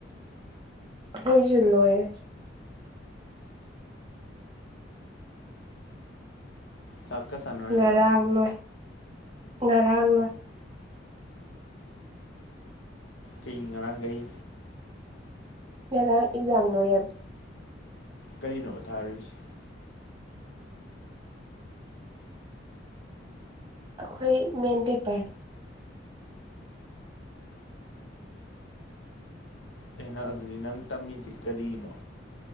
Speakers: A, on the right; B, on the left.
A: ꯈꯣꯏꯁꯨ ꯂꯣꯏꯔꯦ
B: ꯆꯥꯛꯀ ꯆꯥꯅꯔꯣꯏꯗ꯭ꯔꯣ
A: ꯉꯔꯥꯡ ꯂꯣꯏ ꯉꯔꯥꯡ ꯂꯣꯏ
B: ꯀꯩ ꯉꯔꯥꯡ ꯀꯔꯤ
A: ꯉꯔꯥꯡ ꯑꯦꯛꯖꯥꯝ ꯂꯣꯏꯌꯦꯕ
B: ꯀꯔꯤꯅꯣ ꯊꯥꯔꯨꯔꯤꯁꯤ
A: ꯑꯩꯈꯣꯏ ꯃꯦꯟ ꯄꯦꯄꯔ
B: ꯑꯦ ꯑꯗꯨꯗꯤ ꯅꯪ ꯇꯝꯃꯤꯁꯤ ꯀꯔꯤꯅꯣ